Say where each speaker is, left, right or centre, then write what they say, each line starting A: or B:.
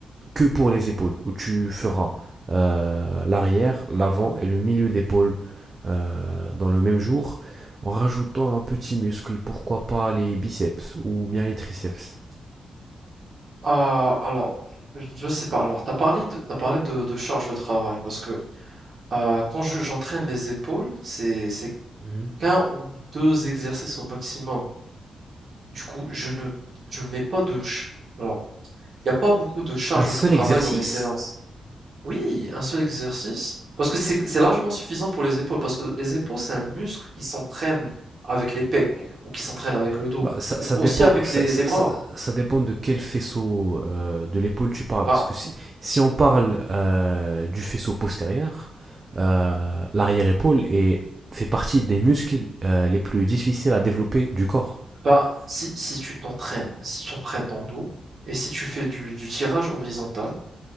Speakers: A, on the right; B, on the right.
A: que pour les épaules, où tu feras euh, l'arrière, l'avant et le milieu d'épaule euh, dans le même jour, en rajoutant un petit muscle, pourquoi pas les biceps ou bien les triceps.
B: Ah, alors, je je sais pas. Alors, t'as parlé de, t'as parlé de, de charge de travail parce que euh, quand je, j'entraîne les épaules, c'est, c'est
A: Mmh.
B: qu'un ou deux exercices au maximum. Du coup, je ne, je ne mets pas de. ch- Alors, il n'y a pas beaucoup de charge
A: Un seul
B: de travail
A: exercice
B: dans mes séances. Oui, un seul exercice parce que c'est, c'est largement suffisant pour les épaules parce que les épaules c'est un muscle qui s'entraîne avec les pecs ou qui s'entraîne avec le dos
A: bah, ça,
B: ou
A: ça dépend,
B: aussi avec
A: ça,
B: les,
A: ça-
B: les bras.
A: ça- ça dépend de quel faisceau euh, de l'épaule tu parles.
B: Ben,
A: Parce que si, si on parle euh, du faisceau postérieur, euh, l'arrière-épaule est- fait partie des muscles euh, les plus difficiles à développer du corps.
B: Bah, si si tu t'entraînes si tu entraînes ton dos et si tu fais du du tirage horizontal,